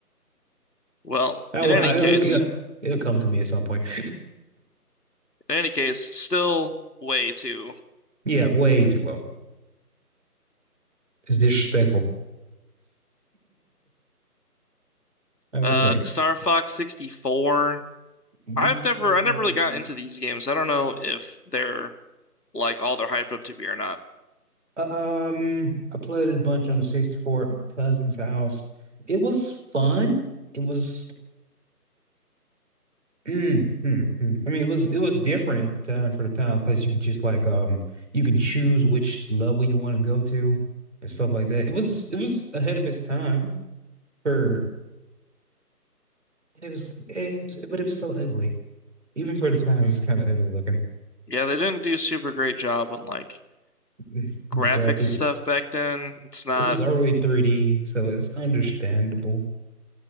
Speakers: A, on the left (about 80°); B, on the right (about 45°).
A: Well,
B: I
A: in
B: will.
A: any
B: I
A: case,
B: will- yeah, it'll come to me at some point. <laughs>
A: in any case, still way too.
B: Yeah, way too low. It's disrespectful. All right,
A: Uh,
B: what's next?
A: Star Fox 64.
B: Mm,
A: I've never, I never really got into these games. I don't know if they're like all they're hyped up to be or not.
B: um, I played it a bunch on the 64 at my cousin's house. It was fun. It was Mm, mm, mm. I mean, it was it was different at the time for the time because you just like um you can choose which level you want to go to and stuff like that. It was it was ahead of its time for and it was it, but it was so ugly. Even for the time, it was kind of ugly looking.
A: Yeah, they didn't do a super great job on like
B: <laughs> The
A: graphics
B: graphic
A: and stuff back then. It's not.
B: it was early 3D, so it's understandable.